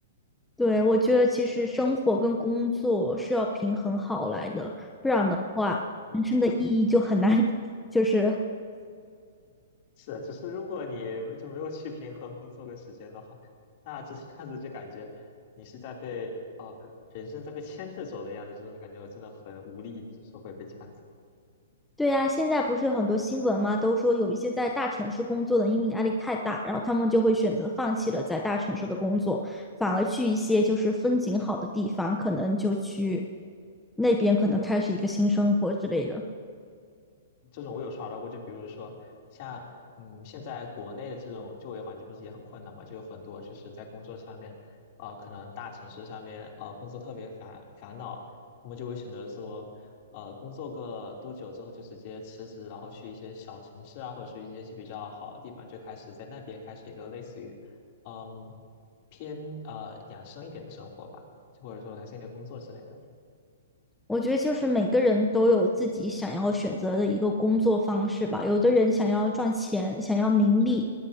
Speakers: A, in the centre; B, on the left (about 40°).
A: 对，我觉得其实生活跟工作是要平衡好来的，不然的话，
B: 你觉得？
A: 人生的意义就很难。<laughs> 就是，
B: 是，只是如果你就没有去平衡工作的时间的话，那这下子就感觉你是在被呃人生在被牵着走的样子，就是感觉我真的很无力，就是会被这样子。
A: 对呀，现在不是有很多新闻嘛，都说有一些在大城市工作的，因为压力太大，然后他们就会选择放弃了在大城市的工作，反而去一些就是风景好的地方，可能就去那边可能开始一个新生活之类的。
B: 这种我有刷到过，就比如说像嗯，现在国内的这种就业环境不是也很困难嘛，就有很多就是在工作上面，啊、可能大城市上面啊、呃工作特别烦烦恼，他们就会选择说，呃，工作个多久之后就直接辞职，然后去一些小城市啊，或者是一些比较好的地方，就开始在那边开始一个类似于嗯偏呃养生一点的生活吧，就或者说养生一点的工作之类的，
A: 我觉得就是每个人都有自己想要选择的一个工作方式吧。有的人想要赚钱，想要名利，
B: 是